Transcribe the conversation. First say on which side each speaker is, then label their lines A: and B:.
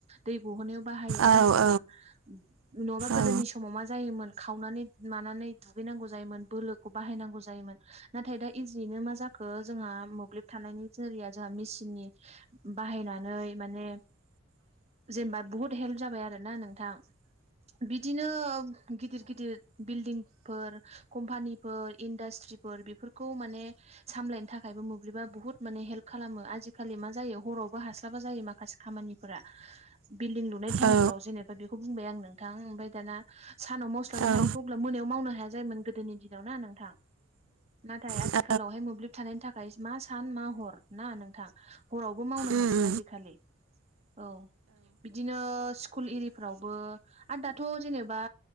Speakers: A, on the right; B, on the right.
A: दै गहोनायाव बाहायोना
B: औ
A: नोंथां
B: औ
A: नङाबा गोदोनि
B: औ
A: समाव मा जायोमोन खावनानै मानानै दुगैनांगौ जायोमोन बोलोखौ बाहायनांगौ जायोमोन नाथाय दा इजियैनो मा जाखो जोंहा मोब्लिब थानायनि जरैया जोंहा मेसिननि बाहायनानै माने जेनबा बुहुत हेल्प जाबाय आरो ना नोंथां बिदिनो गिदिर गिदिर बिल्डिंफोर कम्पानिफोर इन्डास्ट्रि फोर बेफोरखौ माने सामलायनो थाखायबो मोब्लिबा बुहुत माने हेल्प खालामो आजिखालि मा जायो हरावबो हास्लाबा जायो माखासे खामानिफोरा बिल्डिं लुनाय टाइमफोराव
B: औ
A: जेनेबा बेखौ बुंबाय आं नोंथां ओमफ्राय दाना सानाव मावस्लाबनो
B: औ
A: हायैखौ होमब्ला मोनायाव मावनो हाया जायोमोन गोदोनि दिनाव ना नोंथां नाथाय आथिखालावहाय
B: औ
A: मोब्लिब थानायनि थाखाय मा सान मा हर ना नोंथां हरावबो मावनो
B: उम
A: हासै आजिखालि औ बिदिनो स्कुल एरिफ्रावबो आ दाथ' जेनेबा